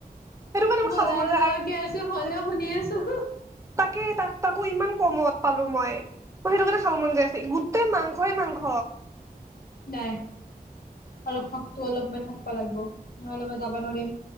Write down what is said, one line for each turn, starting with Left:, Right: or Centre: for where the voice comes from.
Right: সেইটো কাৰণে
Left: মই
Right: মোৰ খাব
Left: গাল
Right: মন
Left: লগাকে
Right: যায় আৰু
Left: আছো হলেও শুনি আছো <unintelligible>
Right: তাকেই তাক তাকো ইমান কমত পালো মই সেইটো কাৰণে খাব মন যায় আছে গোটেই মাংসই মাংস।
Left: নাই, অলপ খকটো অলপমান থাকব লাগব নহ'লে মই যাব নোৱাৰিম।